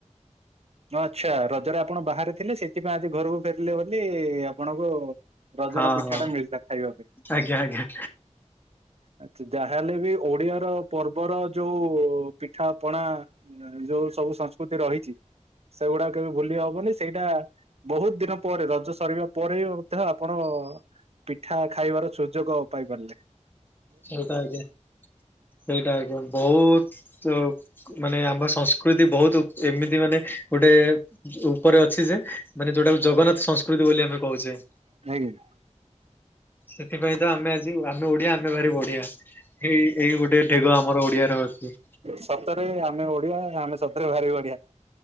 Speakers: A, on the right; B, on the left.
A: ଆଚ୍ଛା ରଜରେ ଆପଣ ବାହାରେ ଥିଲେ ସେଥିପାଇଁ ଆଜି ଘରକୁ ଫେରିଲେ ବୋଲି ଆପଣଙ୍କୁ ରଜ
B: ହଁ
A: ର ପିଠା
B: ହଁ
A: ଟା ମିଳିଥିଲା ଖାଇବାକୁ
B: ଆଜ୍ଞା ଆଜ୍ଞା
A: ଆଛା ଯାହାହେଲେ ବି ଓଡିଆ ର ପର୍ବର ଯୋଉ ପିଠା ପଣା ଯୋଉ ସବୁ ସଂସ୍କୃତି ରହିଛି ସେଗୁଡାକ କେବେ ଭୁଲି ହବନି ସେଇଟା ବହୁତ ଦିନ ପରେ ରଜ ସରିବା ପରେ ବି ମଧ୍ୟ ଆପଣ ପିଠା ଖାଇବାର ସୁଯୋଗ ପାଇ ପାରିଲେ
B: ସେଇଟା ଆଜ୍ଞା ସେଇଟା ଆଜ୍ଞା ବହୁତ ମାନେ ଆମ ସଂସ୍କୃତି ବହୁତ ଏମିତି ମାନେ ଗୋଟେ ଉପରେ ଅଛି ଯେ ମାନେ ଯୋଉଟାକୁ ଜଗନ୍ନାଥ ସଂସ୍କୃତି ବୋଲି ଆମେ କହୁଛେ
A: ଆଜ୍ଞା
B: ସେଥିପାଇଁ ତ ଆମେ ଆଜି ଆମେ ଓଡିଆ ଆମେ ଭାରି ବଢିଆ ଏଇ ଏଇ ଗୋଟେ ଢେଗ ଆମର ଓଡିଆରେ ଅଛି।
A: ସତରେ ଆମେ ଓଡିଆ ଆମେ ସତରେ ବାହାରି ଓଡିଆ